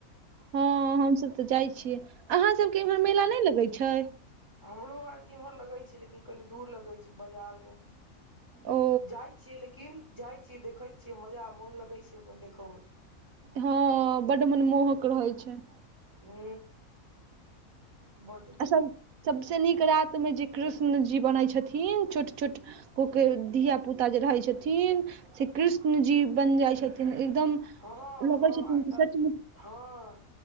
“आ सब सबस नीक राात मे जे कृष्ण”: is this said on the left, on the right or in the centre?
Right